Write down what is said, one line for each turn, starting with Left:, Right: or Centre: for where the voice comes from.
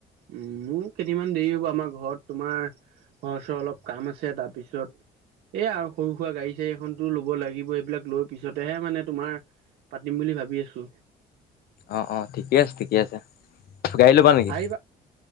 Right: উম, মোৰ কেইদিনান দেৰি হ'ব আমাৰ ঘৰত তোমাৰ ঘৰৰ ওচৰৰ অলপ কাম আছে তাৰপিছত- এ, আৰু সৰু সুৰা গাড়ী চাড়ী এখনতো ল'ব লাগিব এইবিলাক লৈ পিছতেহে মানে তোমাৰ- পাতিম বুলি ভাবি আছো।
Left: অঁ অঁ, ঠিকে আছে ঠিকে আছে। গাড়ী ল'বা নেকি
Right: আহিবা।